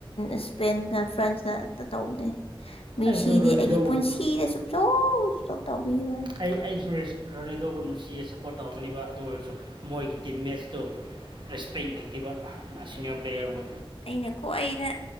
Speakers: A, on the left; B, on the right.
A: ꯏꯁꯄꯦꯟꯒ ꯐ꯭ꯔꯥꯟꯁꯀ ꯇꯧꯕꯅꯦ ꯃꯤꯁꯤꯗꯤ
B: ꯑꯩꯁꯨ ꯔꯣꯅꯦꯗꯣꯕꯨ
A: ꯑꯩꯒꯤ ꯄꯨꯟꯁꯤꯗ ꯁꯨꯡꯇꯧ ꯁꯨꯡꯇꯧ ꯇꯧꯕꯤꯔꯣꯏ
B: ꯑꯩ ꯑꯩꯁꯨ ꯔꯣꯅꯥꯜꯗꯣꯕꯨ ꯅꯨꯡꯁꯤꯌꯦ ꯆꯠꯄ ꯁꯞꯄꯣꯔꯠ ꯇꯧꯕꯅꯦꯕ ꯑꯗꯨ ꯑꯣꯏꯔꯁꯨ ꯃꯣꯏꯒꯤ ꯇꯤꯝ ꯃꯦꯠꯁꯇꯨ ꯔꯦꯁꯄꯦꯛ ꯂꯩꯇꯕꯅ ꯁꯤꯅꯤꯌꯔ ꯄ꯭ꯂꯦꯌꯔꯕꯨ
A: ꯑꯩꯅ ꯈ꯭ꯋꯥꯏꯅ